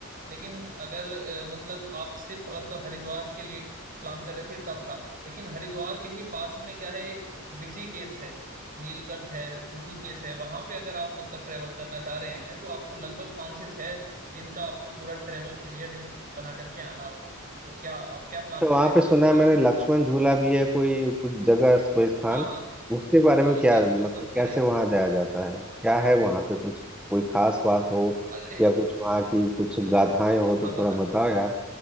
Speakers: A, on the right (about 40°); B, in the centre.
A: लेकिन अगर अ, मतलब आप सिर्फ मतलब हरिद्वार के लिए प्लान कर रहे थे तब था लेकिन हरिद्वार के ही पास में क्या है एक ऋषिकेश है नीलकंठ है ऋषिकेश है वहां पे अगर आप मतलब ट्रेवल करना चाह रहे हैं तो आपको लगभग पाँच से छह दिन का आपको पूरा ट्रेवल पीरियड बना करके आना होगा तो क्या आप क्या प्लान
B: तो
A: कर
B: वहां
A: रहे
B: पे
A: हैं दो
B: सुना
A: से
B: है मैंने
A: तीन दिन या
B: लक्ष्मण
A: पाँच से छः
B: झूला भी है कोई कुछ जगह कोई स्थान
A: हाँ हाँ
B: उसके बारे
A: वो
B: में
A: सब
B: क्या मतलब
A: वो सब तो
B: कैसे
A: है ही
B: वहां जाया जाता है क्या है वहां पे कुछ कोई खास बात हो
A: अरे
B: या कुछ वहां की कुछ
A: उतना
B: गाथाएं हो तो
A: हाँ
B: थोड़ा
A: बताता
B: बताओ
A: हूँ
B: यार